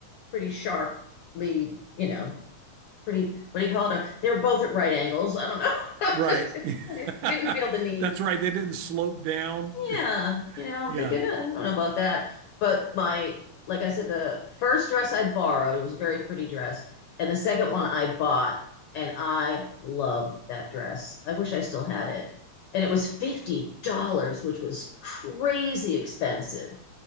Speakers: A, on the left; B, on the right.
A: pretty sharply, you know, pretty what do you call it? They were both at right angles. I don't know. <laughs> I
B: right?
A: just
B: <laughs>
A: I just didn't feel the need.
B: That's right. They didn't slope down.
A: Yeah, you know, I'm
B: Yeah,
A: thinking, uh, I don't know about that. But my, like I said, the first dress I borrowed, it was a very pretty dress. And the second one I bought, and I loved that dress. I wish I still had it. And it was $50, which was crazy expensive,